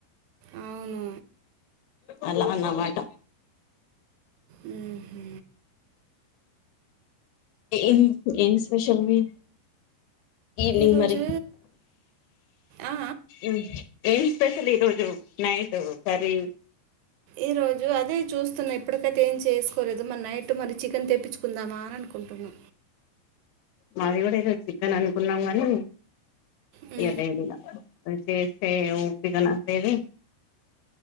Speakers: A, on the right (about 80°); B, on the left (about 75°).
A: అవును
B: అలా అన్నమాట
A: ఉమ్
B: ఏం ఏం స్పెషల్ మీ ఈవినింగ్
A: ఈరోజు
B: మరి
A: ఆ,
B: ఉమ్ ఏం స్పెషల్ ఈరోజు నైట్ కర్రీ
A: ఈ రోజు అదే చూస్తున్నా ఇప్పటికైతే ఏం చేసుకోలేదు మరి నైట్ మరి చికెన్ తెప్పించుకుందామా అని అనుకు కుంటున్నా
B: మాది కూడా ఏదో చికెన్ అనుకున్నాం గానీ
A: ఉమ్.
B: ఇగ తేలేద్ అంటె. అంటె ఓపిక నశించేది